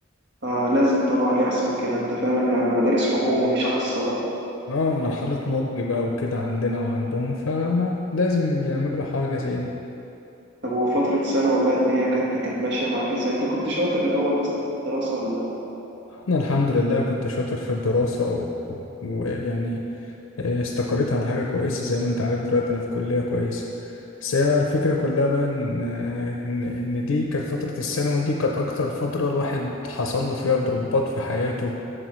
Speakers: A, on the right; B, on the left.
A: اه لازم طبعا يحصل كده انت فاهم احنا مدارس حكومة مش خاصة بقى
B: اه مرحلة نضج بقى وكده عندنا وعندهم فما لازم يعملوا حاجة زي دي
A: طب وفترة ثانوي بقى الدنيا كانت كانت ماشية معاك ازاي؟ انت كنت شاطر الأول أصلا في الدراسة ولا لأ؟
B: انا الحمد لله كنت شاطر في الدراسة و- ويعني آه، استقريت على حاجة كويسة زي ما انت عارف دلوقتي انا في كلية كويسة بس هي الفكرة كلها بقى ان آه، ان إن دي كانت فترة الثانوي دي كانت اكتر فترة الواحد حصل له فيها ضربات في حياته